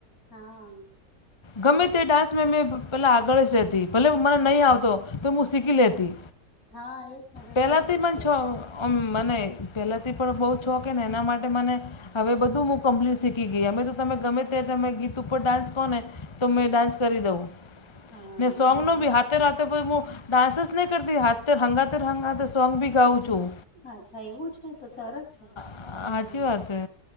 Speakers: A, on the left; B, on the left.
A: હા
B: ગમે તે ડાન્સ મે મેં પહેલા આગળ જ રહેતી ભલે મને નહીં આવતો તો હું શીખી લેતી
A: હા એજ ને હું
B: પેલાતીમાં
A: પણ એવું જ કરું
B: છો અ મને પહેલાંથી પણ બહુ છોકે ને એના માટે મને હવે બધું હું કમ્પ્લીટ શીખી ગઈ અમે તો તમે ગમે તે તમે ગીત ઉપર ડાન્સ કો ને તો મેં ડાન્સ કરી દઉં
A: હા
B: ને સોંગનો
A: મને પણ
B: બી હાથે રાતે પણ હું ડાન્સ નહી કરતી હાથ હંગા ત હંગા ત સોંગ બી ગાઉછું
A: અચ્છા એવું છે તો સરસ છે
B: સાચી
A: હમ
B: વાત છે